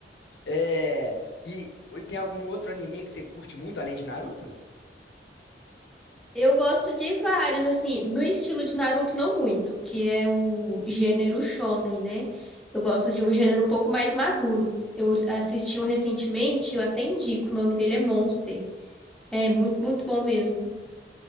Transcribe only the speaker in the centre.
Eu gosto de vários, assim, no estilo de Naruto, não muito, que é o gênero shonen, né? Eu gosto de um gênero um pouco mais maduro. Eu assisti um recentemente, eu até indico, o nome dele é Monster. É muito, muito bom mesmo.